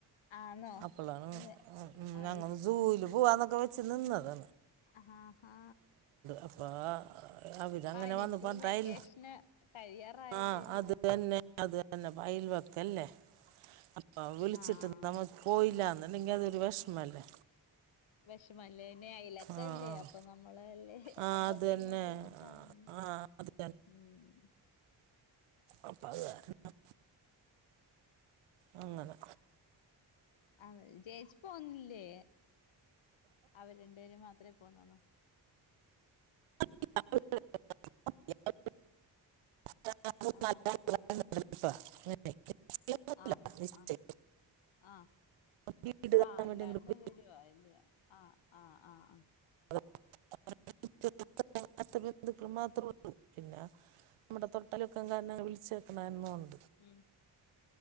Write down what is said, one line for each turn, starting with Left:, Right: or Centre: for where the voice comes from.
Left: ആന്നോ
Right: അപ്പളാണ്
Left: അതെ അത്
Right: ഞങ്ങള് സൂയില് പോവാന്നൊക്കെ വെ ച്ച് നിന്നത്
Left: ആഹാഹാ
Right: അപ്പ അവരങ്ങനെ
Left: ആ ഇനീപ്പ
Right: വന്ന് പറഞ്ഞിട്ടയൽ
Left: വെക്കേഷന് കഴിയാറായല്ലേ
Right: ആ
Left: ഇല്ലേ
Right: അത് തന്നെ അത് ത ഐൽവക്കല്ലേ അപ്പൊ വിളിച്ചിട്ട്
Left: ആഹ്
Right: നമ്മ പോയിലന്ന് അല്ലെങ്കി അതൊരു വെഷ്മല്ലേ
Left: വിഷമല്ലേന്നെ അലേക്കല്ലേ
Right: ആഹ്
Left: അപ്പൊ നമ്മളല്ലേ
Right: ആഹ്
Left: അങ്ങോട്ടും
Right: അത് തന്നെ
Left: ഇങ്ങോട്ടുക്കെ പോൺ
Right: ആഹ് അത്
Left: മ്മ്
Right: അപ്പ അത് കാരണം അങ്ങനെ
Left: ആ ചേച്ചി പോന്നില്ലേ അവരണ്ടേരും മാ ത്രെ പോന്നളോ
Right: <unintelligible> <unintelligible>
Left: ആ
Right: <unintelligible> ചെയ്യണമില്ല.
Left: ആ ആഹ്
Right: നിശ്ചയം
Left: ആ ആ
Right: വീട് കാണാൻ
Left: അ അല്ലാണ്ട്
Right: വേണ്ടി അങ്ങട് പോയി.
Left: വരോ അയ്ല് ആ ആ ആ ആ
Right: <unintelligible> ബന്ധുക്കൾ മാത്രള്ളൂ പിന്നെ നമ്മുടെ തൊട്ടലലൊക്കക്കാരനെ വിളിച്ചേക്കണ എന്നൊണ്ട്
Left: ഉം